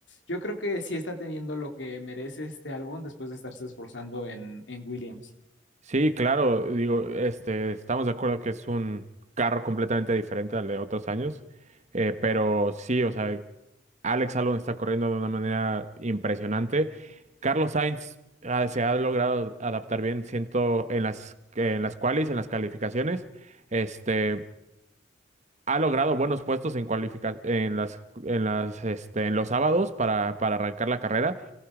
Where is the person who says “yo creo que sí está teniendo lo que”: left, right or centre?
Left